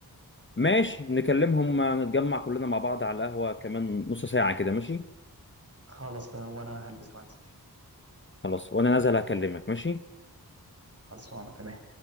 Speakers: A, on the left; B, on the right.
A: ماشي نكلمهم آه، نتجمع كلنا مع بعض على القهوة كمان نص ساعة كده ماشي
B: خلاص تمام وأنا هلبس وأنزل
A: خلاص وانا نازل هكلمك ماشي
B: خلصانة تمام